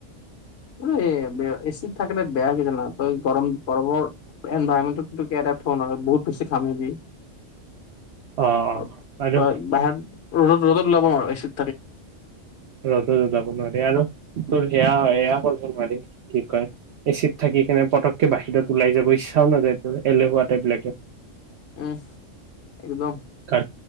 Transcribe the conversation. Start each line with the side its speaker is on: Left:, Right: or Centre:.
Left: <unintelligible> এ, বে এ চিত থাকিনে বেয়া কিছোনা তই গৰম, গৰমৰ এনভাইৰমেণ্ট থ নয় বহুত বেছি ঘামিবি।
Right: অ
Left: আৰু
Right: আৰু
Left: তই বাহিৰ ৰ'দত ওলাব নোৱাৰা।
Right: ৰদত য যাব নি আৰু, আৰু তোৰ সেয়া সেয়া কৰিব নোৱাৰি কি কয় এচিড থাকি কেনে পতককে বাহিৰত ওলাই যাব ইচ্ছাও নাযায় তোৰ এলেহুৱা টাইপ বিাকে
Left: উম একদম
Right: ক